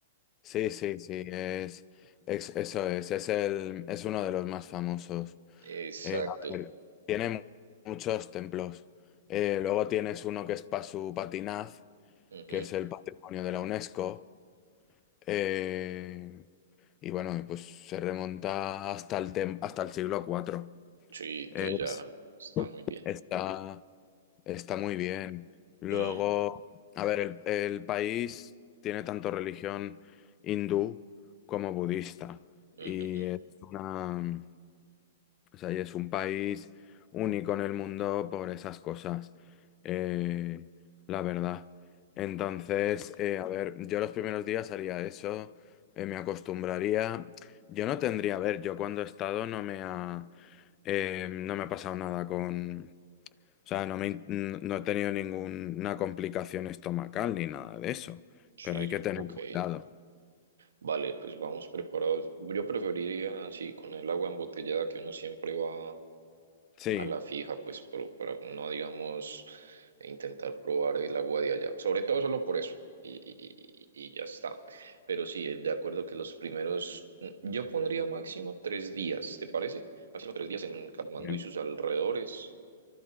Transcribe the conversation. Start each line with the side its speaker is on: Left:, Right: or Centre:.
Left: Sí, sí, sí, es, es- eso es, es el, es uno de los más famosos.
Right: Exacto.
Left: Eh, a ver, tiene mu- muchos templos. Eh, luego tienes uno que es Pasupatinaz,
Right: Ujú.
Left: que es el patrimonio de la UNESCO. Eh, y bueno, pues se remonta hasta el, tem- hasta el siglo cuatro
Right: Sí, entonces
Left: Es-
Right: ya está muy bien.
Left: está, está muy bien. Luego,
Right: Mm,
Left: a ver, el, el país tiene tanto religión hindú como budista.
Right: ujujú.
Left: Y es una... O sea, y es un país único en el mundo por esas cosas, eh, la verdad. Entonces, eh, a ver, yo los primeros días haría eso, eh, me acostumbraría. Yo no tendría, a ver, yo cuando he estado no me ha, eh, no me ha pasado nada con, o sea, no me, in- n- no he tenido ninguna complicación estomacal ni nada de eso,
Right: Sí,
Left: pero hay que tener
Right: ok.
Left: cuidado.
Right: Vale, pues vamos preparados. Yo preferiría, sí, con el agua embotellada que uno siempre va
Left: Sí,
Right: a la fija, pues pro- para no, digamos, intentar probar el agua de allá. Sobre todo solo por eso. Y, y- y- y ya está. Pero sí, de acuerdo que los primeros, mm, yo pondría máximo tres días, ¿te parece? Máximo tres días en Katmandú
Left: bien.
Right: y sus alrededores